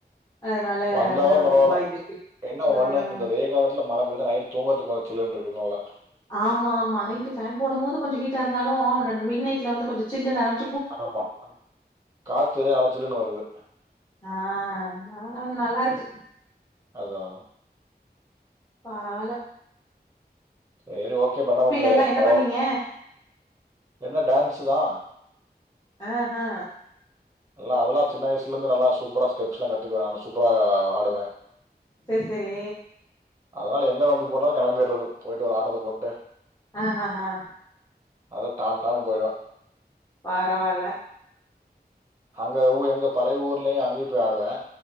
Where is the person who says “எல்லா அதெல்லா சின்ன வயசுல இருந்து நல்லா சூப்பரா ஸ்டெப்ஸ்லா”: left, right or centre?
Right